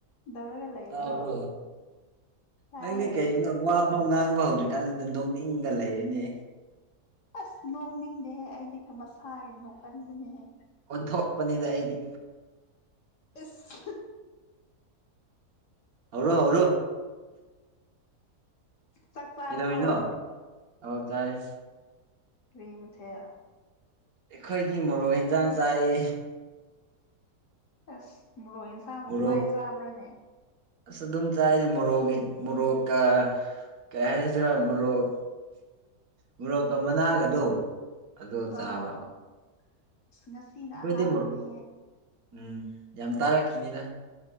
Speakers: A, on the left; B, on the right.
A: ꯀꯩꯗꯧꯔꯒ ꯂꯩꯕ꯭ꯔꯣ
B: ꯇꯥꯕ꯭ꯔꯣ
A: ꯇꯥꯏꯌꯦ
B: ꯅꯪꯗꯤ ꯀꯩꯒꯤꯅꯣ ꯋꯥꯐꯥꯎ ꯉꯥꯡꯕ ꯍꯧꯗ꯭ꯔꯤꯀꯥꯟꯗꯨꯗꯣꯡ ꯏꯤꯡꯒ ꯂꯩꯔꯤꯅꯦ
A: ꯑꯁ ꯅꯣꯡꯅꯤꯡꯗꯦꯍꯦ ꯑꯩꯗꯤ ꯈꯝꯃꯁ ꯁꯥꯒꯤ ꯅꯣꯛꯀꯟꯕꯅꯦꯍꯦ
B: ꯑꯣꯟꯊꯣꯛꯄꯅꯤꯗ ꯑꯩꯗꯤ
A: ꯏꯁ
B: ꯍꯧꯔꯣ ꯍꯧꯔꯣ
A: ꯆꯥꯛ ꯆꯥꯔꯕꯣ
B: ꯀꯩꯗꯧꯅꯣ ꯑ ꯇꯥꯔꯦ
A: ꯀꯔꯤ ꯃꯊꯦꯦꯜ
B: ꯑꯩꯈꯣꯏꯗꯤ ꯃꯣꯔꯣꯛ ꯌꯦꯟꯖꯥꯡ ꯆꯥꯏ
A: ꯑꯁ ꯃꯣꯔꯣꯏ ꯏꯟꯁꯥꯡꯃꯨꯛ
B: ꯃꯣꯔꯣꯛ
A: ꯃꯥꯏꯅ ꯆꯥꯕ꯭ꯔꯥꯅꯦ
B: ꯑꯁ ꯑꯗꯨꯝ ꯆꯥꯏꯁ ꯃꯣꯔꯣꯛꯒꯤ ꯃꯣꯔꯣꯛꯀ ꯀꯩ ꯍꯥꯏꯁꯤꯔꯥ ꯃꯣꯔꯣꯛ ꯃꯣꯔꯣꯛꯀ ꯃꯅꯥꯒꯗꯣ ꯑꯗꯣ
A: ꯑꯥ
B: ꯆꯥꯕ
A: ꯑꯁ ꯉꯁꯤꯅ
B: ꯑꯩꯈꯣꯏꯗꯤ
A: ꯑꯍꯥꯟꯕꯅꯦꯍꯦ
B: ꯃꯣꯔꯣꯛ ꯎꯝ ꯌꯥꯝ ꯇꯥꯔꯛꯈꯤꯅꯤꯗ